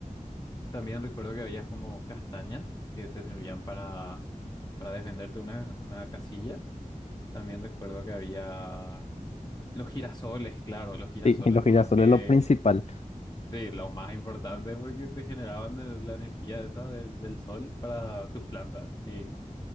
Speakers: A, on the left; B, on the left.
A: También recuerdo que había como castañas que te servían para, para defenderte una, una casilla. También recuerdo que había los girasoles, claro, los girasoles
B: sí, <laughs> lo que
A: con
B: ya
A: los
B: solo
A: que
B: es lo principal.
A: Sí, lo más importante porque te generaban de- la energía esa del, del sol para tus plantas, sí.